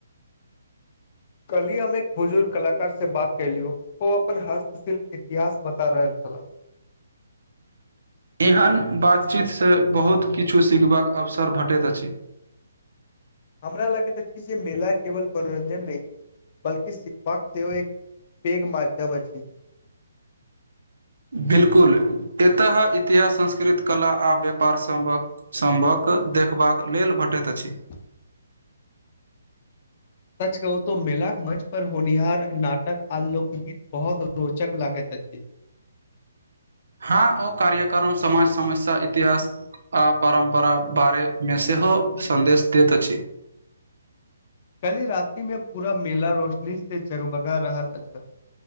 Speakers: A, on the left; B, on the right.
A: कल्हि हम एक बुजुर्ग कलाकार से बात कलियौ ओ अपन हस्तशिल्प इतिहास बता रहल छलाह <inaudible>
B: एहन बातचीतसँ बहुत किछु सीखबाक अवसर भेटैत अछि
A: हमरा लग त छै जे मेला केवल मनोरंजन नहि बल्की सीखबाक सेहो एक पैघ माध्यम अछि
B: बिलकुल एतह इतिहास संस्कृत कला आ व्यापार संभक संभक देखबाक लेल भ पटैत छी
A: <inaudible> सच कहू तो मेलाक मंच पर होनिहार नाटक आ लोकगीत बहुत रोचक लागैत अछि
B: हँ ओ कार्यक्रम समाज समस्या इतिहास आ परम्परा बारे मे से हं सन्देश दैत अछि
A: <inaudible> कल्हि रातिमे पूरा मेला रोशनी से जगमगा रहल अ छल